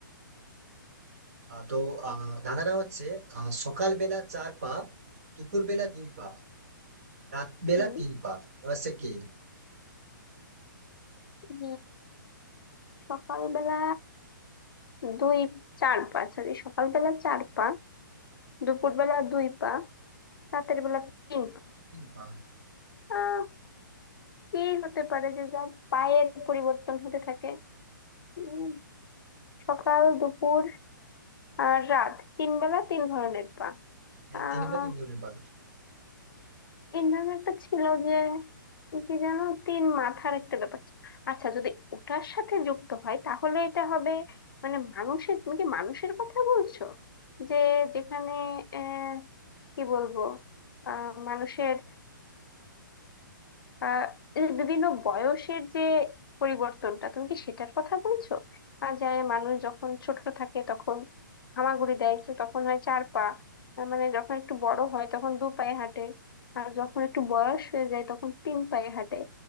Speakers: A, on the right; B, on the left.
A: তো আহ ধাঁধাটা হচ্ছে আহ, সকালবেলা চার পা দুপুর বেলা দুই পা রাত বেলা
B: হুম
A: তিন পা এবার সে কে
B: উম, সকালবেলা দুই চার পা সরি সকালবেলা চার পা দুপুরবেলা দুই পা রাতের বেলা পিঙ্ক
A: তিন পা
B: আহ কি হতে পারে যে যা পায়ের পরিবর্তন হতে থাকে উম, সকাল দুপুর আর রাত তিন বেলা তিন ধরনের পা
A: হ্যাঁ
B: আহ
A: তিন বেলা তিন ধরনের পা
B: তিন ধরনের একটা ছিল যে কি জানো তিন মাথার একটা ব্যাপার ছিল। আচ্ছা যদি ওটার সাথে যুক্ত হয় তাহলে এটা হবে মানে মানুষের তুমি কি মানুষের কথা বলছো যে যেখানে আহ কি বলবো আহ মানুষের আহ এই যে বিভিন্ন বয়সের যে পরিবর্তনটা তুমি কি সেটার কথা বলছো আর যায় মানুষ যখন ছোট থাকে তখন হামাগুড়ি দেয় তো তখন হয় চার পা আহ, মানে যখন একটু বড় হয় তখন দু পায়ে হাঁটে আর যখন একটু বয়স হয়ে যায় তখন তিন পায়ে হাঁটে